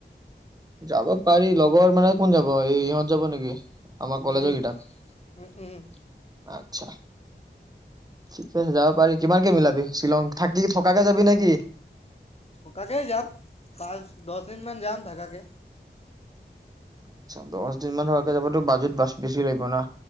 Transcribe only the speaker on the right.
যাব। পাৰি লগৰ মানে কোন যাব এই ইহঁত যাব নেকি। আমাৰ কলেজৰ
কেইটাক
আচ্ছা ঠিকছে যাব পাৰি কিমানকে মিলাবি শ্বিলং থাকি থকাকে যাবি নেকি?
আচ্ছা দহ দিন ম হোৱাকে যাবতো বাজেট বেছি লাগিব না।